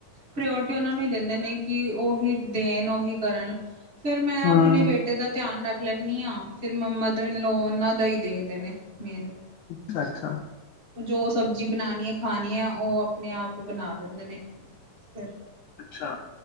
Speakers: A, on the right; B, on the left.
A: ਪ੍ਰਿਓਰਟੀ ਉਹਨਾਂ ਨੂੰ ਹੀ ਦਿੰਦੇ ਨੇ ਕਿ ਉਹੀ ਦੇਣ ਉਹੀ ਕਰਨ ਫਿਰ ਮੈਂ
B: ਹਮ
A: ਆਪਣੇ ਬੇਟੇ ਦਾ ਧਿਆਨ ਰੱਖ ਲੈਨੀ ਆ ਫਿਰ ਮਦਰ ਇਨ ਲੋਅ ਉਹਨਾਂ ਦਾ ਹੀ ਦੇਖਦੇ ਨੇ ਮੇਨ
B: ਅੱਛਾ ਅੱਛਾ
A: ਜੋ ਸਬਜ਼ੀ ਬਣਾਣੀ ਏ ਖਾਣੀ ਏ ਉਹ ਆਪਣੇ ਆਪ ਬਣਾ ਦਿੰਦੇ ਨੇ ਫਿਰ
B: ਅੱਛਾ